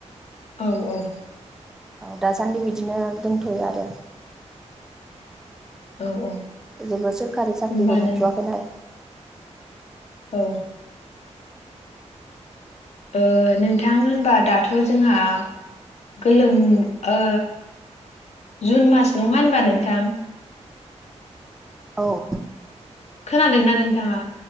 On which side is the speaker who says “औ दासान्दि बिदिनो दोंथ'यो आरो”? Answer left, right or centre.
Centre